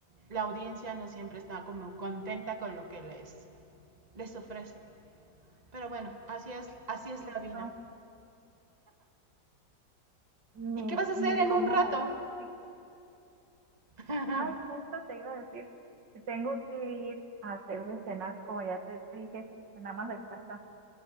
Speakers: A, on the right; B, on the right.
A: la audiencia no siempre está como contenta con lo que les, les ofrece. Pero bueno, así es, así es
B: justo,
A: la vida.
B: ni,
A: ¿Y qué vas a hacer
B: ni
A: en
B: cómo,
A: un rato?
B: ni cómo-
A: <laughs> Ama
B: ay, justo te iba a decir que tengo que ir a hacer de cenas, como ya te dije, en amas de casa.